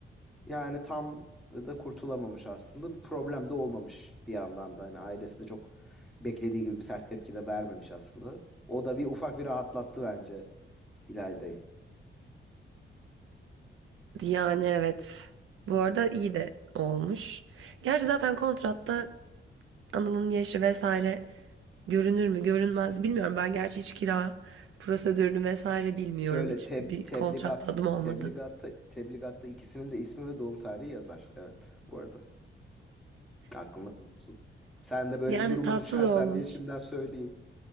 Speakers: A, in the centre; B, on the right.
A: yani tam da kurtulamamış aslında. Bir problem de olmamış bir yandan da. Hani ailesi de çok beklediği gibi bir sert tepki de vermemiş aslında. O da bir ufak bir rahatlattı bence İlayda'yı.
B: Yani evet. Bu arada iyi de olmuş. Gerçi zaten kontratta Anıl'ın yaşı vesaire görünür mü görünmez bilmiyorum. Ben gerçi hiç kira prosedürünü vesaire bilmiyorum.
A: Şöyle
B: Hiç
A: teb
B: bir
A: tebligat
B: kontratta adım olmadı.
A: tebligatta tebligatta ikisinin de ismi ve doğum tarihi yazar. Evet bu arada. Aklında bulunsun. Sen de böyle
B: Yani
A: bir duruma
B: tatsız
A: düşersen
B: olmuş.
A: diye şimdiden söyleyeyim.